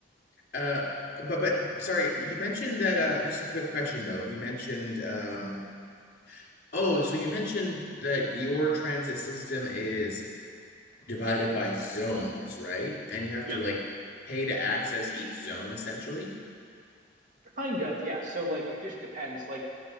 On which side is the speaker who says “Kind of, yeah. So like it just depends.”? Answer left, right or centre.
Right